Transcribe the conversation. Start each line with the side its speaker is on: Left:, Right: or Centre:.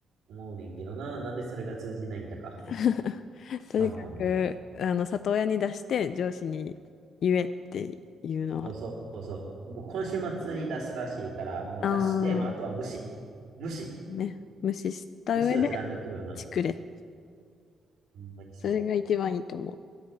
Right: 思うねんけどな、なんでそれが通じないんだか。
Left: <laughs> とにかく、
Right: まあまあまあ。
Left: あの、里親に出して上司に言えっていうのは、
Right: そうそうそう。もう今週末に出すらしいから、もう出して、
Left: あ
Right: もうあとは無視。
Left: あ、
Right: 無視。
Left: ね、無視した上で
Right: 無視を貫くような。
Left: チクれ。
Right: ほんまにそう。
Left: それが一番いいと思